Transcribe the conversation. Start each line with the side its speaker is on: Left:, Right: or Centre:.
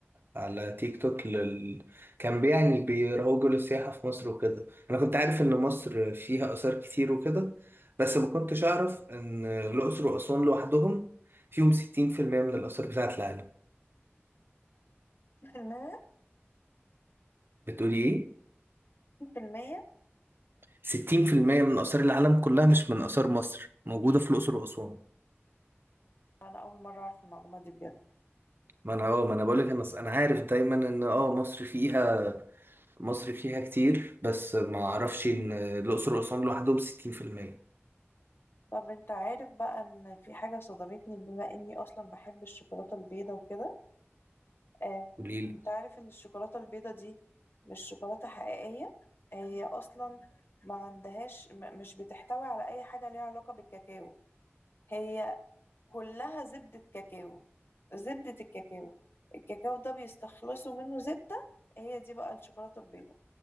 Right: على تيك توك لل... كان يعني بيروجوا للسياحة في مصر وكده أنا كنت عارف إن مصر فيها آثار كتير وكده بس ما كنتش أعرف إن الأقصر وأسوان لوحدهم فيهم 60% من الآثار بتاعة العالم
Left: في المية
Right: بتقولي إيه؟
Left: في المية
Right: 60% من آثار العالم كلها مش من آثار مصر موجودة في الأقصر وأسوان
Left: انا اول مرة اعرف المعلومة دي بجد
Right: ما أنا أه ما أنا بقولك أنا أنا عارف دايما إن أه مصر فيها مصر فيها كتير بس ما اعرفش ان الاقصر واسوان لوحدهم 60%
Left: طب انت عارف بقى ان في حاجة صدمتني بما اني اصلا بحب الشوكولاتة البيضة وكده آه،
Right: قليل
Left: انت عارف ان الشوكولاتة البيضة دي مش شوكولاتة حقيقية هي اصلا ما عندهاش م- مش بتحتوي على اي حاجة ليها علاقة بالكاكاو هي كلها زبدة كاكاو زبدة الكاكاو الكاكاو ده بيستخلصوا منه زبدة هي دي بقى الشوكولاتة البيضة